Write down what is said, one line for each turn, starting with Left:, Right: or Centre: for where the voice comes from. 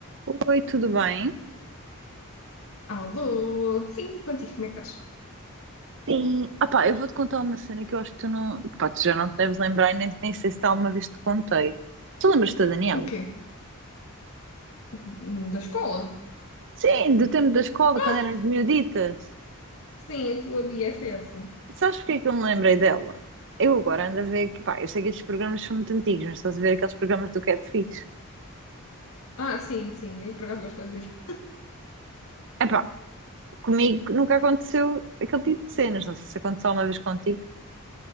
Right: Oi, tudo bem?
Left: Alô? Sim, contigo, como é que estás?
Right: Sim. Ah pá, eu vou-te contar uma cena que eu acho que tu não. Pá, tu já não te deves lembrar, e nem, nem sei se alguma vez te contei. Tu lembras-te da Daniela?
Left: O quê? Hum, Da escola?
Right: Sim, do tempo da escola,
Left: Ah,
Right: quando éramos miuditas.
Left: Sim, a tua BFF.
Right: Sabes porque é que eu me lembrei dela? Eu agora ando a ver. que- Pá, eu sei que estes programas são muito antigos, mas estás a ver aqueles programas do Catfish.
Left: Ah, sim, sim, eu por acaso gosto de dizer.
Right: É pá, comigo nunca aconteceu aquele tipo de cenas. Não sei se aconteceu alguma vez contigo.